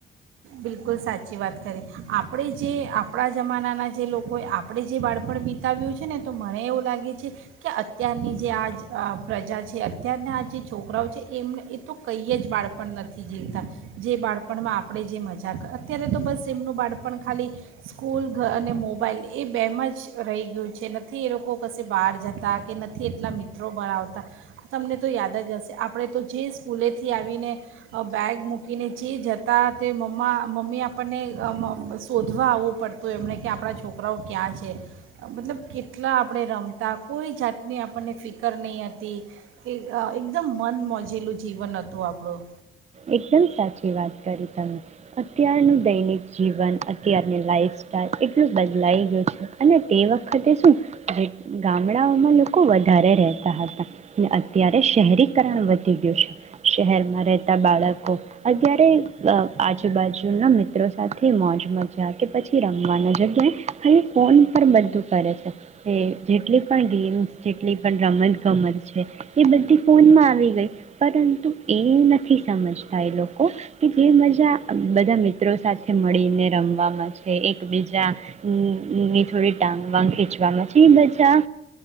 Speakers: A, on the right (about 85°); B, on the right (about 35°).
A: બિલકુલ સાચી વાત કરી આપણે જે આપણા જમાનાના જે લોકોએ આપણે જે બાળપણ બીતાવ્યું છે ને તો મને એવું લાગે છે કે અત્યારની જે આ જ પ્રજા છે અત્યારના આ જે છોકરાઓ છે એમને એ તો કંઈ જ બાળપણ નથી જીવતા જે બાળપણમાં આપણે જે મજા જાકા અત્યારે તો બસ એમનું બાળપણ ખાલી સ્કૂલ અને મોબાઈલ એ બેમાં જ રહી ગયું છે નથી એ લોકો કશે બહાર જતા કે નથી એટલા મિત્રો બનાવતા તમને તો યાદ જ હશે આપણે તો જે સ્કૂલેથી આવીને અહ બેગ મૂકીને જે જતા તે મમ માં મમ્મી આપણને આમ-આમ શોધવા આવવું પડતું એમણે કે આપણા છોકરાઓ ક્યાં છે મતલબ કેટલા આપણે રમતા કોઈ જાતની આપણને ફિકર નહીં હતી કે એકદમ મન મોજિલું જીવન હતું આપણું.
B: એકદમ સાચી વાત કરી તમે અત્યારનું દૈનિક જીવન અત્યારની લાઈફ સ્ટાઈલ એટલું બદલાઈ ગયું છે અને તે વખતે શું એ ગામડાઓમાં લોકો વધારે રહેતા હતા. ને અત્યારે શહેરીકરણ વધી ગયું છે. શહેરમાં રહેત તાં બાળકો અત્યારે અહ આજુબાજુના મિત ત્રો સાથે મોજ મજા કે પછી રમવાના જગ્યાએ હવે ફોન પર બધું કરે છે જે જેટલી પણ ગેમ્સ જેટલી પણ રમત ગમત છે એ બધી ફોનમાં આવી ગઈ પરંતુ એ ઈ નથી. સમજતા એ લોકો કે જે મજા અમ બધા મિત્રો સાથે મળીને રમવામાં છે એકબીજાની ની થોડી ટાંગ વાગ ખેચવામાં છે ઈ મજા